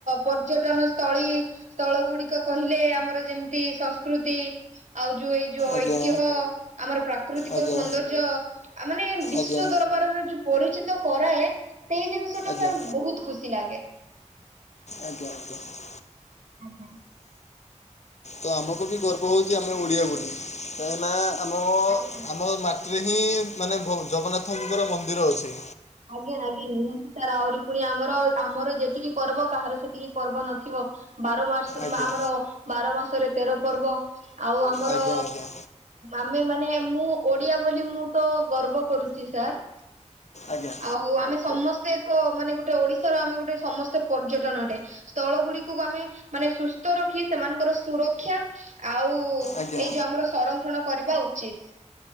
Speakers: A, on the right (about 70°); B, on the left (about 65°).
A: ପର୍ଯ୍ୟଟନ ସ୍ଥଳୀ ସ୍ଥଳ ଗୁଡିକ କହିଲେ ଆମର ଯେମିତି ସଂସ୍କୃତି ଆଉ ଯୋଉ ଏଇ ଯୋଉ
B: ଆଜ୍ଞା
A: ଐତିହ ଆମର ପ୍ରାକୃତିକ
B: ଆଜ୍ଞା
A: ସୌନ୍ଦର୍ଯ୍ୟ ମାନେ ବିଶ୍ଵ
B: ଆଜ୍ଞା
A: ଦର ଯଉ ପରିଚିତ କରାଏ ସେଇ ଜିନିଷ ଟା
B: ଆଜ୍ଞା
A: ତାର ବହୁତ ଖୁସି ଲାଗେ।
B: ଆଜ୍ଞା ଆଜ୍ଞା <unintelligible>
A: ଆଜ୍ଞା।
B: ତ ଆମକୁ ବି ଗର୍ବ ହଉଛି ଆମେ ଓଡ଼ିଆ ବୋଲି କାହିଁକିନା ଆମ
A: ଆଜ୍ଞା ଆଜ୍ଞା।
B: ଆମ ଥିରେ ହିଁ ମାନେ ଜଗନ୍ନାଥଙ୍କର ମନ୍ଦିର ଅଛି
A: ଆଜ୍ଞା ଆଜ୍ଞା ନିହାତି ସାର୍ ଆହୁରି ପୁଣି ଆମର ଆମର ଯେତିକି ପର୍ବ କାହାର ସେତିକି ପର୍ବ ନଥିବ। ବାର ମାସ
B: ଆଜ୍ଞା
A: ଆମର ବାର ମାସରେ ତେର ପର୍ବ ଆଉ ଆମର
B: ଆଜ୍ଞା ଆଜ୍ଞା
A: ଆମେ ମାନେ ମୁଁ ଓଡିଆ ବୋଲି ମୁଁ ତ ଗର୍ବ କରୁଛି ସାର୍
B: ଆଜ୍ଞା।
A: ହଉ ଆମେ ସମସ୍ତେ ଏକ ମାନେ ଗୋଟେ ଓଡିଶାର ଆମେ ଗୋଟେ ସମସ୍ତେ ପର୍ଯ୍ୟଟନ ଅଟେ ସ୍ଥଳ ଗୁଡିକକୁ ଆମେ ମାନେ ସୁସ୍ଥ ରଖି ସେମାନଙ୍କର ସୁରକ୍ଷା ଆଉ
B: ଆଜ୍ଞା
A: ଏଇ ଯୋଉ ଆମର ସଂରକ୍ଷଣ କରିବା ଉଚିତ